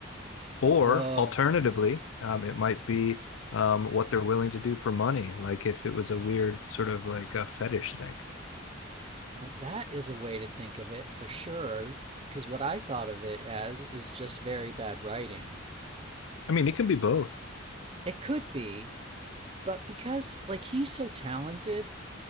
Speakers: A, on the left (about 75°); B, on the right (about 30°).
A: Or
B: Oh,
A: alternatively, um, it might be um, what they're willing to do for money, like if it was a weird sort of like a fetish thing.
B: well, that is a way to think of it for sure. Because what I thought of it as is just very bad writing.
A: I mean, it can be both.
B: It could be, but because, like, he's so talented